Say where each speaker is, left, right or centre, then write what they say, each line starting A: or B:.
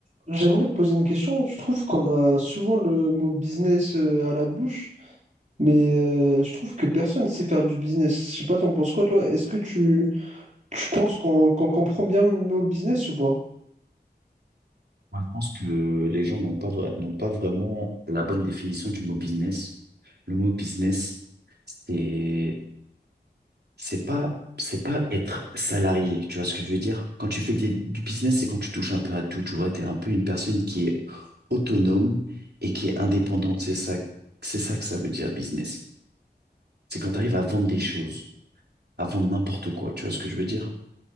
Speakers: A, on the right (about 45°); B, on the right (about 70°).
A: J'aimerais te poser une question. Je trouve qu'on a souvent le mot business euh, à la bouche, mais euh, je trouve que personne sait faire du business. Je sais pas, t'en penses quoi, toi? Est-ce que tu, tu penses qu'on qu'on comprend bien le mot business ou pas?
B: Moi, je pense que les gens n'ont pas, vra- n'ont pas vraiment la bonne définition du mot business. Le mot business, c'est, c'est pas, c'est pas être salarié. Tu vois ce que je veux dire? Quand tu fais des- du business, c'est quand tu touches un peu à tout. Tu vois, t'es un peu une personne qui est autonome et qui est indépendante. C'est ça, c'est ça que ça veut dire business. C'est quand tu arrives à vendre des choses, à vendre n'importe quoi. Tu vois ce que je veux dire?